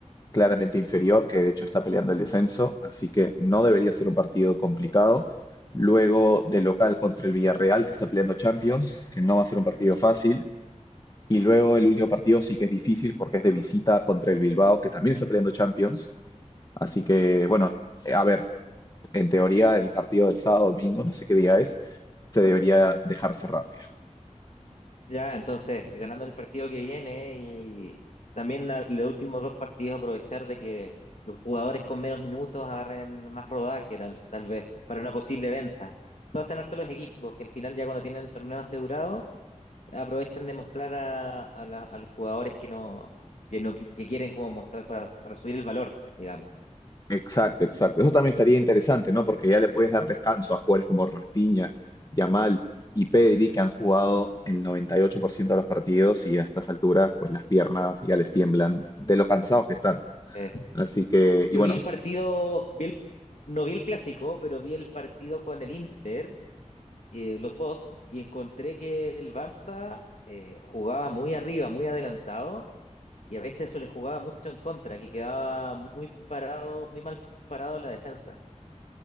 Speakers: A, on the left; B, on the left.
A: claramente inferior que de hecho está peleando el descenso, así que no debería ser un partido complicado. Luego de local contra el Villarreal que está peleando Champions, que no va a ser un partido fácil. Y luego el último partido sí que es difícil porque es de visita contra el Bilbao, que también está peleando Champions. Así que, bueno, eh, a ver, en teoría el partido del sábado, domingo, no sé qué día es, se debería dejar cerrar ya.
B: Ya, entonces, ganando el partido que viene y también la- los últimos dos partidos aprovechar de que los jugadores con menos minutos agarren más rodaje, tal, tal vez, para una posible venta. Entonces, hacen harto los equipos que al final ya cuando tienen el torneo asegurado, aprovechan de mostrar a, a la- a los jugadores que no, que no qui- que quieren como mostrar para, para subir el valor, digamos.
A: Exacto, exacto. Eso también estaría interesante, ¿no? Porque ya le puedes dar descanso a jugadores como Rafinha, Yamal y Pedri, que han jugado el 98% de los partidos y a estas alturas, pues las piernas ya les tiemblan de lo cansados que están.
B: Eh,
A: Así que,
B: yo
A: y bueno,
B: vi el partido, vi el- no vi el clásico, pero vi el partido con el Inter eh, los dos, y encontré que el Barça eh, jugaba muy arriba, muy adelantado, y a veces eso le jugaba mucho en contra, que quedaba muy parado, muy mal parado la defensa